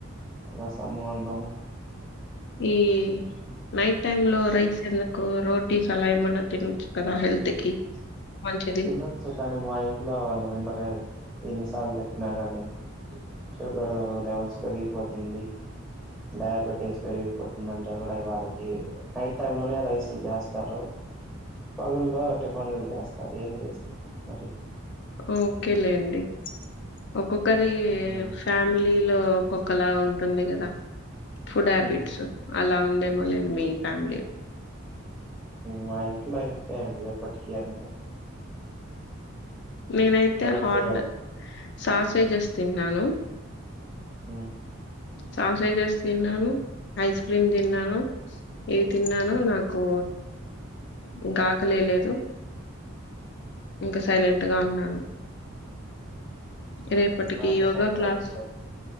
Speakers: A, in the centre; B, on the left.
A: రసము అన్నము
B: ఈ నైట్ టైమ్ లో రైస్ ఎందుకు రోటీస్ అలా ఏమన్నా తినొచ్చు కదా హెల్త్ కి మంచిది
A: తినచ్చు కానీ మా ఇంట్లో వాళ్ళు వినరే ఎన్నిసార్లు చెప్పినా కానీ షుగర్ లెవెల్స్ పెరిగిపోతుంది డయాబెటీస్ పెరిగిపోతుంది అంటే కూడా వాళ్ళకి నైట్ టైం లోనే రైస్ చేస్తారు పగుల్లో టిఫాన్ లు చేస్తారు ఏం చేసేది మరి
B: ఓకేలేండి ఒకరి
A: ఉమ్
B: ఫ్యామిలీ ఇంట్లో కుక్కలాగా ఉంటుంది కదా ఫుడ్ హ్యాబిట్స్
A: ఉమ్.
B: అలా ఉందేమో లే మీ ఫ్యామిలీ
A: మా ఇంట్లో అంతే అండి ఎప్పటికీ అంతే
B: నేనైతే
A: డైట్
B: హార్డ్
A: చేయాలి
B: సాస్ అట్టే చేస్తున్నాను
A: మ్మ్
B: సాసే జేస్ తిన్నాను ఐస్ క్రీమ్ తిన్నాను ఇవి తిన్నాను నాకు ఇంకా ఆకలి ఎయ్యా లేదు ఇంకా సైలెంట్గా ఉన్నాను రేపటికి
A: అని
B: yoga
A: night
B: class
A: times